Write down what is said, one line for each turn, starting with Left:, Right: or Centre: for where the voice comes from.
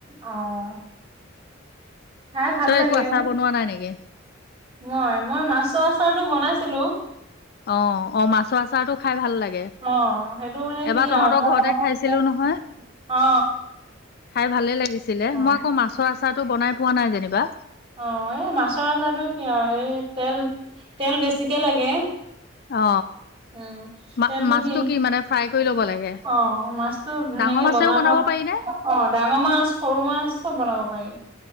Right: আহ খাই ভাল
Left: তই
Right: লাগো
Left: একো আচাৰ বনোৱা নাই নেকি
Right: মই মই মাছৰ আচাৰটো বনাইছিলো
Left: অ অ মাছ আচাৰো খাই ভাল লাগে
Right: অ সেইটো মানে
Left: এবাৰ
Right: কি
Left: তহঁতৰ
Right: আৰু আাৰ
Left: ঘৰতে খাইছিলো নহয়
Right: অ
Left: খাই ভালেই লাগিছে আছিলে
Right: অ
Left: মই আকৌ মাছৰ আচাৰটো বনাই পোৱা নাই যেনিবা
Right: অ এই মাছৰ আটো কি আৰু সেই তেল তেল বেছিকে লাগে
Left: অ
Right: উ
Left: মা
Right: তেলটো
Left: মাছটো
Right: কি
Left: মানে ফ্ৰাই কৰি ল'ব লাগে
Right: অ মাছটো ধুনীয়াকে
Left: ডাঙৰ মাছেও
Right: বনাব অ
Left: পাৰি নে
Right: ডাঙৰ মাছ সৰু মাছ চব বনাব পাৰি